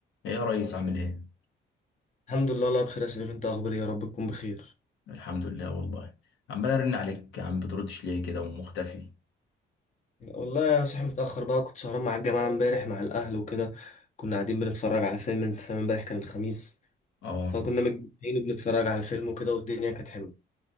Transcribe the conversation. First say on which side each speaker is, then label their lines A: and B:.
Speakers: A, on the left; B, on the left.
A: ايه يا ريس عامل ايه
B: الحمد لله الله بخير يا سيدي انت اخباري يا رب تكون بخير
A: الحمد لله والله عمال ارن عليك يا عم بتردش ليه كده ومختفي
B: والله انا صاحي متاخر بقى كنت سهران مع الجماعه امبارح مع الاهل وكده كنا قاعدين بنتفرج على فيلم انت فاهم امبارح كان الخميس
A: اه
B: فكنا متجمعين وبنتفرج على فيلم وكده والدنيا كانت حلوه